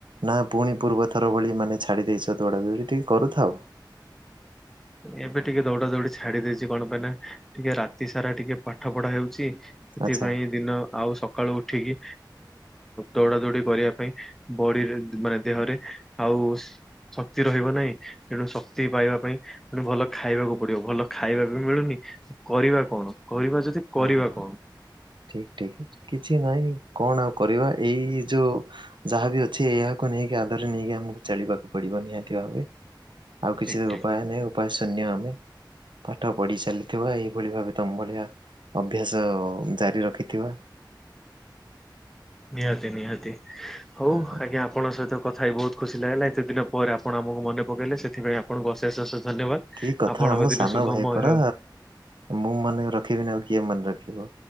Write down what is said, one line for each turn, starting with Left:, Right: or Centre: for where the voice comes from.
Right: ନା ପୁଣି ପୂର୍ବ ଥର ଭଳି ମାନେ ଛାଡ଼ି ଦେଇଛ ଦୌଡ଼ାଦୌଡ଼ି ଟିକେଏ କରୁଥାଅ‌।
Centre: ଏବେ ଟିକେ ଦୌଡା ଦୌଡି ଛାଡିଦେଇଛି କଣ ପାଇଁ ନା ଟିକେ ରାତି ସାରା ଟିକେ ପାଠ ପଢା ହେଉଛି ସେଥିପାଇଁ
Right: ଆଚ୍ଛା।
Centre: ଦିନ ଆଉ ସକାଳୁ ଉ ଉଠିକି ଦୌଡା ଦୌଡ଼ି କରିବା ପାଇଁ ବଡିରେ ମାନେ ଦେହରେ ଆଉ ଶକ୍ତି ରହିବ ନାହିଁ ତେଣୁ ଶକ୍ତି ପାଇବା ପାଇଁ ମେ ଭଲ ଖାଇବାକୁ ପଡିବ ଭଲ ଖାଇବାକୁ ମିଳୁନି କରିବା କଣ କରିବା ଯଦି
Right: ହଁ
Centre: କରିବା
Right: ହ ହ
Centre: କଣ
Right: ଠିକ ଠିକ କିଛି ନହିଁ କଣ ଆଉ କରିବା ଏଇ ଯୋଉ ଯାହାବି ଅଛି ଏହାକୁ ନେଇକି ଆଦରେ ନେଇକି ଆମକୁ ଚଳିବାକୁ ପଡିବ ନିହାତି ଭାବେ। ଆଉ କିଛି
Centre: ଠିକ ଠିକ
Right: ଉପାୟ ନାହିଁ ଆଉ। ଉପାୟ ଶୂନ୍ୟ ଆମେ ପାଠ ପଢ଼ିସାଲିଥିବା ଏହିଇଭଳି ଭାବେ ତମ ଭଳିଆ ଅଭ୍ୟାସ ଜାରି ରଖିଥିବ।
Centre: ନିହାତି ନିହାତି ହଉ
Right: ହଁ ହଁ।
Centre: ଆଜ୍ଞା ଆପଣଙ୍କ ସହିତ କଥା ହେଇ ବହୁତ୍ ଖୁସି ଲାଗିଲା ଏତେ ଦିନ ପରେ ଆପଣ ଆମକୁ ମନେକଲେ ସେଥିପଁ ଆପଣଙ୍କୁ ଅଶେଷ ଅଶେଷ ଧନ୍ୟବାଦ।
Right: କି କଥା
Centre: ଆପଣଙ୍କ
Right: ଆମ
Centre: ଦିନ
Right: ସାନ
Centre: ସୁଗମୟ
Right: ଭାଇ ପରା। ମୁଁ ମନେ ରଖିବିନି ଆଉ କିଏ ମନେ ରଖିବ,